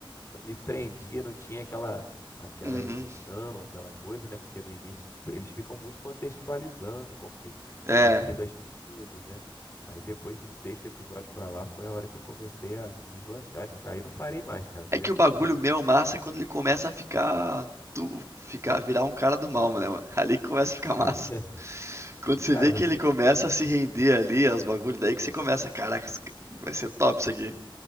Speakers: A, on the left; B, on the right.
A: eu me prendia, não tinha aquela aquela
B: Uhum.
A: emoção, aquela coisa, né? Porque no início eles ficam muito contextualizando como que
B: É.
A: o porquê das coisas, né? Aí depois do sexto episódio pra lá foi a hora que eu comecei a deslanchar, e nunca aí não parei mais, cara.
B: É
A: Fui
B: que
A: assistindo
B: o bagulho
A: até
B: meu massa é quando ele começa a ficar. Do... Ficar, virar um cara do mal, né, mano? <laughs> Ali que começa a ficar massa.
A: <laughs>
B: Quando
A: e,
B: você
A: cara,
B: vê
A: você.
B: que ele começa a se render ali aos bagulhos, daí que você começa, caraca, isso- vai ser top isso aqui.